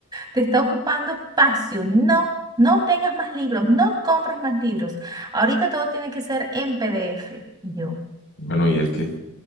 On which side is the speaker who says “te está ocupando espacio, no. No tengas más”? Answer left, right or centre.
Right